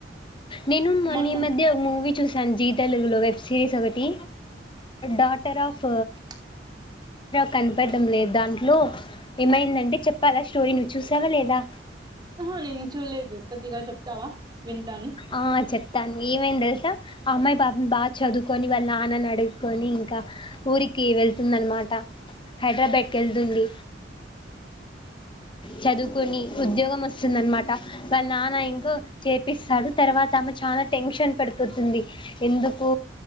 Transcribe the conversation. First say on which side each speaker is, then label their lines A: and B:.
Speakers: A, on the left; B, on the right.
A: నేను
B: మొన్న
A: నీ మధ్య మూవీ చూసి సం జీ తెలుగులో వెబ్ సిరీస్ ఒకటి డాటర్ ఆఫ్
B: అ
A: కనపడ్డం లేదు దాంట్లో ఏమైందంటే చెప్పాలా స్టోరీ నువ్వు చూసావా లేదా
B: ఆహా నేను చూల్లేదు కొద్దిగా చెప్తావా వింటాను
A: ఆ చెప్తాను ఏమైంది తెలుసా అమ్మాయి బాపుని బ చదువుకొని వాళ్ళ నాన్నని అడి కొని ఇంకా ఊరికి వెళ్తుంది అనమాట హైదరాబాద్కి వెళ్తుంది చదువుకుొని ఉద్యోగం వస్తుంది అనమాట వాళ్ళ నాన్న ఇంకో చేపిస్తాడు తర్వాత అమ్మె చాలా టెన్షన్ పడిపోతుంది ఎందుకు